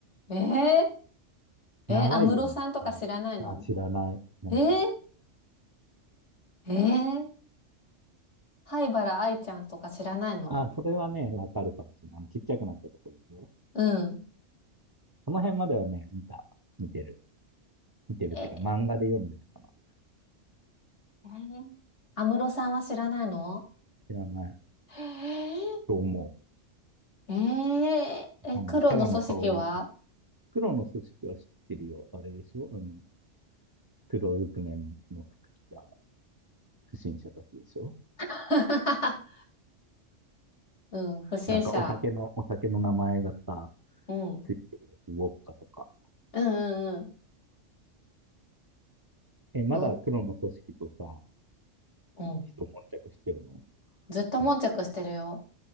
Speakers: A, on the left; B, on the right.
A: ええー、
B: 長いよね。
A: えー、安室さんとか知らないの
B: うんあ、知らない。何それ。
A: えー、えー、灰原哀ちゃんとか知らないの
B: あ、それはね、わかるかもしれない。あの、ちっちゃくなっちゃったとこでしょ
A: うん。
B: その辺まではね、見た。見てる。見てるっていうか、
A: ええ
B: 漫画で読んでたかな。
A: ー、安室さんは知らないの
B: 知らない
A: えー、
B: と思う。
A: えー、え、
B: あのね、
A: 黒の組織は
B: キャラの顔を見て。黒の組織は知ってるよ。あれでしょあの、黒ずくめの服着た不審者たちでしょ
A: <laughs> うん、不審者。
B: なんかお酒の、お酒の名前がさ、
A: うん。うん
B: ついてるやつ、ウォッカとか。
A: うんうん。
B: え、まだ黒の組織とさ、
A: お、うん。
B: 人悶着してるの
A: ずっと悶着してるよ。
B: コナン。